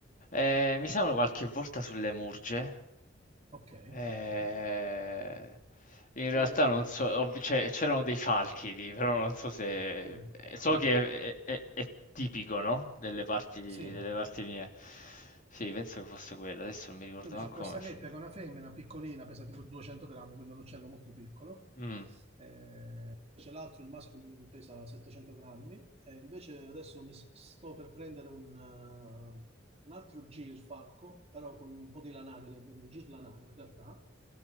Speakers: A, on the left; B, on the right.
A: Ehm, mi servono qualche volta sulle murge.
B: Ok,
A: Ehm,
B: ok.
A: in realtà
B: Che...
A: non so, ho- cioè, c'erano dei falchi lì, però non so se...
B: Sì,
A: eh, So che è, è- è tipico, no? Delle parti, delle
B: sì,
A: parti mie. Sì, penso che fosse quello, adesso non mi ricordo
B: Quindi
A: manco
B: c'ho questa
A: come... f-
B: gheppia che è una femmina piccolina, pesa tipo 200 grammi, quindi è un uccello molto piccolo.
A: Mm.
B: Eh, invece l'altro, il maschio, che pesa 700 grammi. E invece adesso mi s- sto per prendere un, eh, un altro girfalco, però con un po' di lanario dentro, un girlanario in realtà,